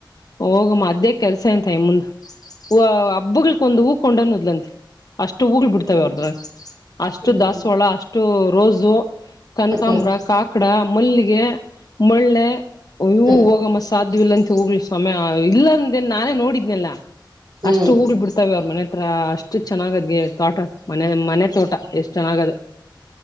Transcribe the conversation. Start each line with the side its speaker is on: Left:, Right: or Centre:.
Left: ಹೋಗಮ್ಮ ಅದ್ದೇ ಕೆಲ್ಸ ಎಂತ ಇ ಮುಂದ್ ಹ ಹಬ್ಬಗಳಕೊ ಒಂದು ಊ ಕೊಂಡನ್ದ್ಲಂತೆ ಅಷ್ಟು ಹೂಗ್ಳ ಬಿಡ್ತಾವ
Right: ಹ್ಮ್ ಹ್ಮ್
Left: ಅವ್ರದ್ರಾಗ ಅಷ್ಟು
Right: ಹ್ಮ್
Left: ದಸ ಒಳ ಅಷ್ಟು ಇಷ್ಟು ರೋಜು ಕನಕಾಂಬ್ರ
Right: ಹ್ಮ್
Left: ಕಾಕಡ ಮಲ್ಲಿಗೆ ಮಳ್ಳೆ ಅಯ್ಯವು
Right: ಹ್ಮ್
Left: ಹೋಗಮ್ಮ ಸಾಧ್ಯ ಇಲ್ಲ ಅಂತ ಹೋಗ್ಲಿ ಸಮಯ ಇಲ್ಲಂದೇನ್ ನಾನೇ ನೋಡಿದ್ನೆಲ್ಲಾ
Right: ಹ್ಮ್
Left: ಅಷ್ಟು ಹೂಗ್ ಬಿಡ್ತಾವೆ ಅವ್ರ ಮನೆ ಅತ್ರ ಅಷ್ಟು ಚೆನ್ನಾಗದ್ಗೆ ತೋಟ ಮನೆ ಮನೆ ತೋಟ ಎಷ್ಟು ಚೆನ್ನಾಗದು